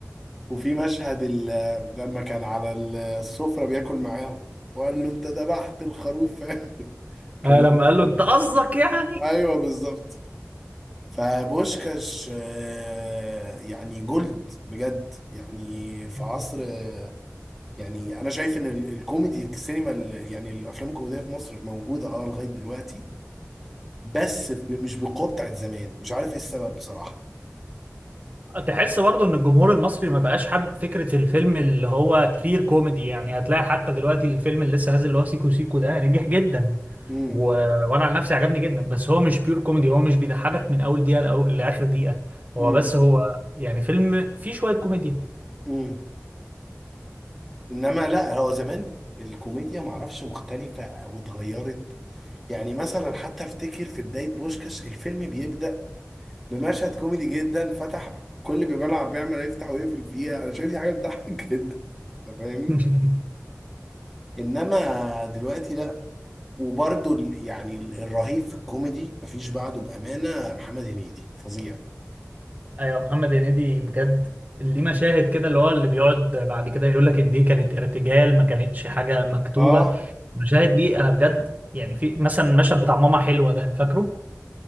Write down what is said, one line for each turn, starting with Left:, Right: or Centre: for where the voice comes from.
Centre: وفي مشهد ال- لما كان على السفرة بياكل معاهم وقال له انت ذبحت الخروف <laughs> كان
Right: آه، لما قال
Centre: لذيذ.
Right: له انت قصدك يعني
Centre: ايوه بالظبط فبوشكاش آه، يعني جولد بجد يعني في
Right: مم.
Centre: عصر آه، يعني انا شايف ان ال- الكوميدي السينما ال- يعني الافلام الكوميديه في مصر موجوده اه لغايه دلوقتي بس ب- مش بالقوه بتاعت زمان مش عارف ايه السبب بصراحه
Right: تحس برضو ان الجمهور المصري ما بقاش حابب فكرة الفيلم اللي هو كلير كوميدي يعني هتلاقي حتى دلوقتي الفيلم اللي لسه نازل اللي هو سيكو سيكو ده نجح جدا
Centre: امم
Right: و... وانا عن نفسي عجبني جدا بس هو مش بيور كوميدي هو مش بيضحكك من اول دقيقة لأو... لاخر دقيقة هو
Centre: امم
Right: بس هو يعني فيلم فيه شوية كوميديا
Centre: امم انما لا هو زمان الكوميديا معرفش مختلفه او اتغيرت يعني مثلا حتى افتكر في بدايه بوشكاش الفيلم بيبدا بمشهد كوميدي جدا فتح كل بيبان العربية عمال يفتح ويقفل فيها انا شايف دي حاجة بتضحك <laughs> جدا أنت فاهمني
Right: <laughs>
Centre: انما دلوقتي لا وبرده يعني ال- الرهيب في الكوميدي مفيش بعده بأمانة محمد هنيدي فظيع
Right: ايوه محمد هنيدي بجد ليه مشاهد كده اللي هو اللي بيقعد بعد كده يقول لك ان دي كانت ارتجال ما كانتش حاجه مكتوبه
Centre: اه
Right: المشاهد دي انا بجد يعني في مثلا المشهد بتاع ماما حلوه ده فاكره